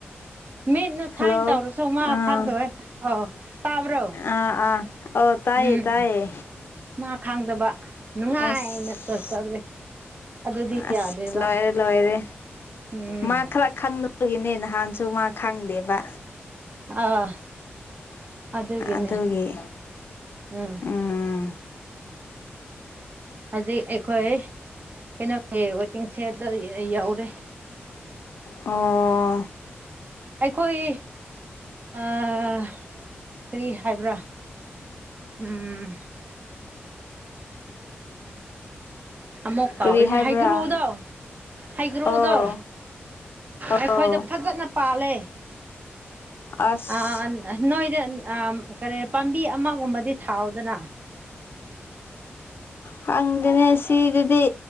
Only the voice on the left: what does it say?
ꯍꯜꯂꯣ
ꯑꯥ
ꯑꯥ ꯑꯥ ꯑꯣ ꯇꯥꯏꯌꯦ
ꯇꯥꯏꯌꯦ
ꯑꯁ
ꯑꯁ
ꯂꯣꯏꯔꯦ ꯂꯣꯏꯔꯦ
ꯃꯥ ꯈꯔ ꯈꯪꯗꯕꯒꯤꯅꯦ ꯅ ꯅꯍꯥꯟꯁꯨ ꯃꯥ ꯈꯪꯗꯦꯕ
ꯑꯗꯨꯒꯤ
ꯎꯝ
ꯑꯣ
ꯀꯔꯤ ꯍꯥꯏꯕ꯭ꯔꯥ
ꯑꯣ ꯑꯣ
ꯑꯁ
ꯈꯪꯗꯦꯅꯦ ꯁꯤꯗꯗꯤ